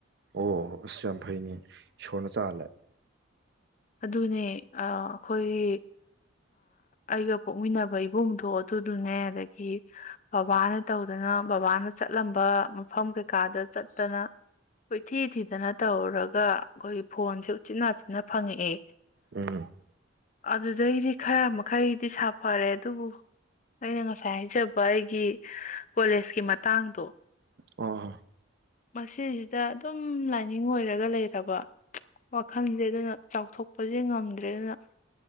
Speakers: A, on the right; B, on the left.
A: ꯑꯣ ꯑꯁ ꯌꯥꯝ ꯐꯩꯅꯦ ꯏꯁꯣꯔꯅ ꯆꯥꯜꯂꯦ
B: ꯑꯗꯨꯅꯦ ꯑꯩꯈꯣꯏꯒꯤ ꯑꯩꯒ ꯄꯣꯛꯃꯤꯟꯅꯕ ꯏꯕꯨꯡꯗꯣ ꯑꯗꯨꯗꯨꯅꯦ ꯑꯗꯒꯤ ꯕꯕꯥꯅ ꯇꯧꯗꯅ ꯕꯕꯥꯅ ꯆꯠꯂꯝꯕ ꯃꯐꯝ ꯀꯩꯀꯥꯗ ꯆꯠꯇꯅ ꯍꯣꯏ ꯊꯤ ꯊꯤꯗꯅ ꯇꯧꯔꯒ ꯑꯩꯈꯣꯏꯒꯤ ꯐꯣꯟꯁꯦ ꯎꯆꯤꯅꯥ ꯆꯤꯟꯅ ꯐꯪꯉꯛꯑꯦ
A: ꯎꯝ
B: ꯑꯗꯨꯗꯩꯗꯤ ꯈꯔ ꯃꯈꯩꯗꯤ ꯁꯥꯐꯔꯦ ꯑꯗꯨꯕꯨ ꯑꯩꯅ ꯉꯁꯥꯏ ꯍꯥꯏꯖꯕ ꯑꯩꯒꯤ ꯀꯣꯂꯦꯖꯀꯤ ꯃꯇꯥꯡꯗꯣ
A: ꯑꯣ
B: ꯃꯁꯤꯁꯤꯗ ꯑꯗꯨꯝ ꯂꯥꯏꯅꯤꯡ ꯑꯣꯏꯔꯒ ꯂꯩꯔꯕ ꯋꯥꯈꯜꯁꯦ ꯑꯗꯨꯅ ꯆꯥꯎꯊꯣꯛꯄꯁꯦ ꯉꯝꯗ꯭ꯔꯦ ꯑꯗꯨꯅ